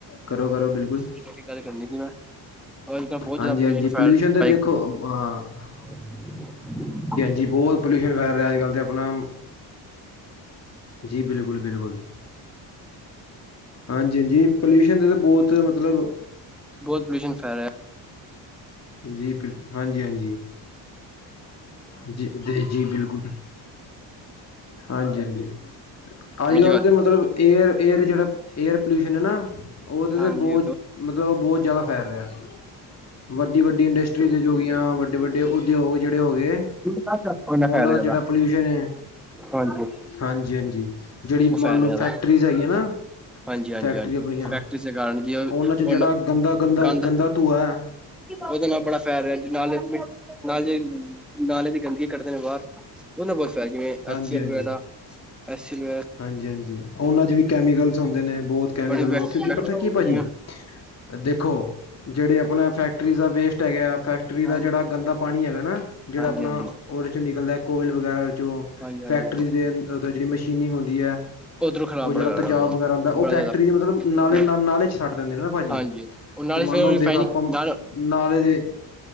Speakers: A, on the left; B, in the centre.
A: ਕਰੋ -ਕਰੋ ਬਿਲਕੁਲ
B: ਹਾਂਜੀ ਗੱਲ ਕਰਨੀ ਸੀ ਮੈਂ ਅੱਜ ਕੱਲ ਬਹੁਤ
A: ਹਾਂਜੀ-
B: ਜ਼ਿਆਦਾ
A: ਹਾਂਜੀ
B: ਫੈਲ
A: ਪੋਲਿਊਸ਼ਨ ਤੇ
B: ਰਿਹਾ
A: ਦੇਖੋ ਅ
B: <inaudible>
A: ਜੀ ਬਹੁਤ ਪੋਲਿਊਸ਼ਨ ਫੈਲ ਰਿਹਾ ਅੱਜ ਕੱਲ੍ਹ ਤੇ ਆਪਣਾ ਜੀ ਬਿਲਕੁਲ- ਬਿਲਕੁਲ ਹਾਂਜੀ- ਹਾਂਜੀ ਪੋਲਿਊਸ਼ਨ ਦੇ ਤੇ ਬਹੁਤ ਮਤਲਬ
B: ਬਹੁਤ ਪੋਲਊਸ਼ਨ ਫੈਲ ਰਿਹਾ ਏ।
A: ਜੀ ਬਿਲ ਹਾਂਜੀ- ਹਾਂਜੀ ਜੀ। ਜੀ ਬਿਲਕੁਲ ਹਾਂਜੀ- ਹਾਂਜੀ ਅੱਜ
B: ਹਾਂਜੀ
A: ਕੱਲ
B: ਹਾਂਜੀ
A: ਤੇ ਮਤਲਬ ਏਅਰ- ਏਅਰ ਜਿਹੜਾ ਏਅਰ ਪੋਲਿਊਸ਼ਨ ਏ ਨਾ। ਉਹਦੇ
B: ਹਾਂਜੀ
A: ਤੇ ਬਹੁਤ ਮਤਲਬ ਬਹੁਤ ਜਿਆਦਾ ਫੈਲ ਰਿਹਾ। ਵੱਡੀ -ਵੱਡੀ ਇੰਡਸਟਰੀਜ ਹੋਗੀਆਂ ਵੱਡੇ ਵੱਡੇ ਉਦਯੋਗ ਜਿਹੜੇ ਹੋ ਗਏ।
B: ਉਹਨਾਂ ਫਾਇਦਾ
A: ਉਹਨਾਂ ਦਾ
B: ਜ਼ਿਆਦਾ
A: ਜਿਹੜਾ ਪੋਲਿਊਸ਼ਨ ਏ।
B: ਹਾਂਜੀ
A: ਹਾਂਜੀ -ਹਾਂਜੀ ਜਿਹੜੀ
B: ਉਹ ਫੈਲ
A: ਮੰਨ ਲਓ
B: ਰਿਹਾ
A: ਫੈਕਟਰੀਜ਼ ਹੈਗੀਆਂ ਨਾ।
B: ਹਾਂਜੀ ਹਾਂਜੀ
A: ਫੈਕਟਰੀ
B: ਹਾਂਜੀ
A: ਆਪਣੀਆਂ
B: ਫੈਕਟਰੀ ਦੇ ਕਾਰਨ ਜੀ ਉਹ
A: ਉਹਨਾਂ 'ਚ ਜਿਹੜਾ ਗੰਦਾ- ਗੰਦਾ-
B: ਗੰਦ
A: ਗੰਦਾ ਧੂੰਆ ਹੈ।
B: ਉਹਦੇ ਨਾਲ ਬੜਾ ਫੈਲ ਰਿਹਾ ਜੀ ਨਾਲੇ ਨਾਲ ਜੇ ਨਾਲੇ ਦੀ ਗੰਦਗੀ ਕੱਢਦੇ ਨੇ ਬਾਹਰ ਉਹ ਦੇ ਨਾਲ ਬਹੁਤ ਫੈਲ ਜਿਵੇਂ
A: ਹਾਂਜੀ
B: ਐ ਸੀ ਐਲ
A: ਹਾਂਜੀ
B: ਵਗੈਰਾ ਐਸਲ
A: ਹਾਂਜੀ -ਹਾਂਜੀ ਉਹਨਾਂ 'ਚ ਵੀ ਕੈਮੀਕਲਸ ਹੁੰਦੇ ਨੇ ਬਹੁਤ ਕੈਮੀਕਲ
B: ਬੜੇ
A: ਓ ਕਿਉਂਕ ਪਤਾ ਕੀ ਭਾਜੀ
B: ਜਿਵੇਂ
A: <inaudible> ਦੇਖੋ ਜਿਹੜੇ ਆਪਣਾ ਫੈਕਟਰੀ ਦਾ ਵੇਸਟ ਹੈਗਾ ਫੈਕਟਰੀ
B: ਹਾਂ
A: ਦਾ ਜਿਹੜਾ ਗੰਦਾ ਪਾਣੀ ਹੈਗਾ ਨਾ ਜਿਹੜਾ
B: ਹਾਂਜੀ
A: ਆਪਣਾ
B: ਹਾਂਜੀ
A: ਉਹਦੇ 'ਚੋਂ ਨਿਕਲਦਾ ਹੈ ਘੋਲ ਵਗੈਰਾ ਵਿਚੋ
B: ਹਾਂਜੀ ਹਾਂਜੀ
A: ਫੈਕਟਰੀ
B: ਹਾਂਜੀ
A: ਦੇ ਜਿਹੜੀ ਮਸ਼ੀਨਿੰਗ ਹੁੰਦੀ ਏ।
B: ਉਧਰੋਂ ਖ਼ਰਾਬ
A: ਉਹ
B: ਬੜਾ
A: ਜਿਹੜਾ
B: ਕਰ
A: ਤੇਜਾਬ
B: ਰਿਹਾ ਉਹਨਾਂ ਨੂੰ
A: ਵਗੈਰਾ ਹੁੰਦਾ ਉਹ
B: ਬੜਾ
A: ਫੈਕਟਰੀ
B: ਜ਼ਿਆਦਾ
A: ਦੇ ਮਤਲਬ ਨਾਲੇ-
B: ਬੜਾ
A: ਨਾਲੇ 'ਚ ਛੱਟ ਦਿੰਦੇ ਏ ਨਾ ਭਾਜੀ
B: ਹਾਂਜੀ ਉਹ ਨਾਲੇ
A: ਤੇ
B: ਫਿਰ
A: ਮੰਨ ਲਓ
B: ਰਿਫਾਈਨਿੰਗ
A: ਦੇਖ ਆਪਾਂ
B: ਨਾਲ
A: ਨਾਲੇ ਦੇ